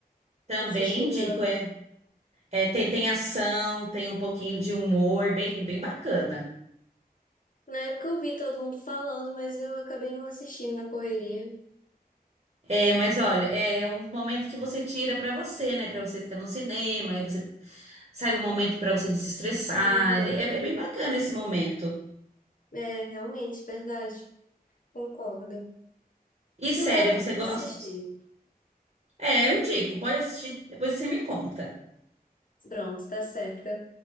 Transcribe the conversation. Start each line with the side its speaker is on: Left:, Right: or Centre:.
Right: Também
Left: Assisti
Right: indico,
Left: não.
Right: é. É, tem, tem ação, tem um pouquinho de humor, bem, bem bacana.
Left: Na época eu vi todo mundo falando, mas eu acabei não assistindo na correria.
Right: É, mas olha, é um momento que você tira pra você, né? Pra você ficar no cinema, aí você sabe um momento pra você desestressar.
Left: Uhum.
Right: Ele- É, é bem bacana esse momento.
Left: É, realmente, verdade. Concordo.
Right: E
Left: Acho que
Right: série,
Left: eu vou
Right: você gosta?
Left: assistir.
Right: É, eu indico. Pode assistir, depois você me conta.
Left: Pronto, tá certa.